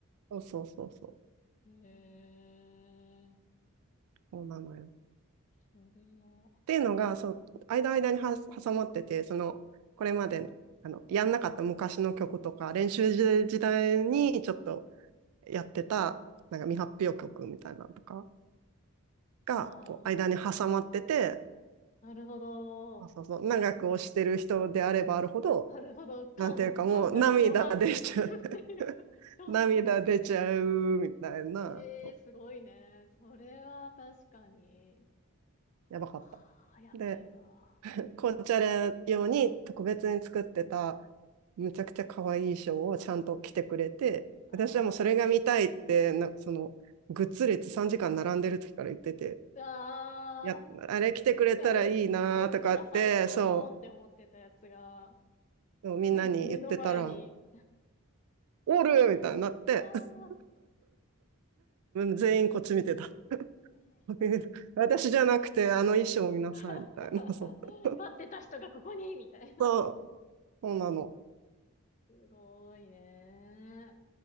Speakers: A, on the right (about 80°); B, on the left (about 35°).
A: そうそうそうそう。
B: へえ、
A: そうなのよ。
B: それは、
A: っていうのが、そう、間間には挟まってて、その、これまで、あの、やんなかった昔の曲とか、練習時代にちょっとやってた、なんか未発表曲みたいなのとかが、
B: あ
A: こう、間に挟まってて、
B: あ、なるほど。
A: あそうそう、長く推してる人であればあるほど、
B: なるほど。感、
A: なんていうかもう涙出ちゃう
B: 感が極まっていくっていう。
A: <laughs>
B: どんどん。
A: 涙出ちゃうみたいな、
B: ええー、
A: そ
B: すごいね。それは確かに。
A: うやばかった。
B: はあ、やばいわ。
A: で、紅茶レ用に特別に作ってた、むちゃくちゃ可愛い衣装をちゃんと着てくれて、
B: あ
A: 私はもうそれが見たいって、
B: ー
A: なその、グッズ列3時間並んでる時から言ってて、
B: あ
A: いや、あれ着てくれたらいいなとかって、
B: ー、カレー来てくれたら最高って思ってたやつが、
A: そう、みんなに言ってたら、
B: 目、目の前に、
A: おるみたいになって
B: あ
A: <laughs>、
B: ー
A: 全員こっち見てた <laughs>。私じゃなくて、あの衣装を見なさい、
B: <laughs>
A: みたいな <laughs>。そう、
B: 待ってた人がここにみたいな。
A: そうなの。
B: すごいね。